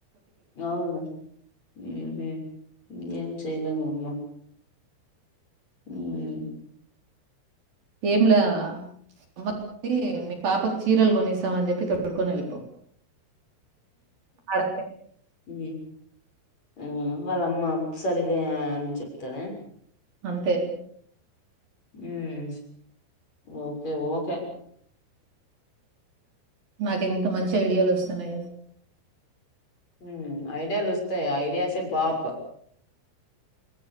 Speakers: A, on the left; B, on the right.
A: అవును హు ఎం చేలేము అమ్మా ఉం
B: ఏంలా సంబంధి మీ పాపకు చీరలు కొనిస్తామ అని చెప్పి తొడుకొని వెళ్ళిపో ఆడ
A: ఉం ఆ వాళ్ళమ్మ సరిలే అని చెప్తాదా
B: అంతే
A: ఉం ఓకే ఓకే
B: నాకు ఎంత మంచి ఐడియాలు వస్తున్నాయో
A: ఉం ఐడియాలు వస్తాయి ఐడియా సె బాప్